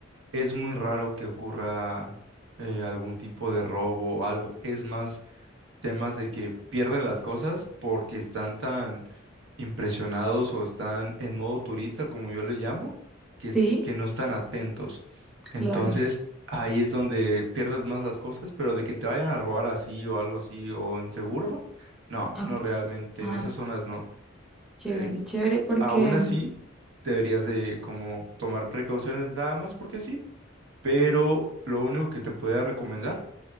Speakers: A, on the right; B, in the centre.
A: es muy raro que ocurra eh, algún tipo de robo o algo. Es más, temas de que pierden las cosas porque están tan impresionados o están en modo turista, como yo le llamo, que, es-
B: Sí,
A: que no están atentos. Entonces,
B: claro.
A: ahí es donde pierdes más las cosas, pero de que te vayan a robar así o algo así o inseguro, no,
B: ok,
A: no realmente,
B: Ah,
A: en esas zonas no.
B: chévere,
A: Eh,
B: chévere porque
A: aún así, deberías de como tomar precauciones nada más porque sí pero lo único que te podría recomendar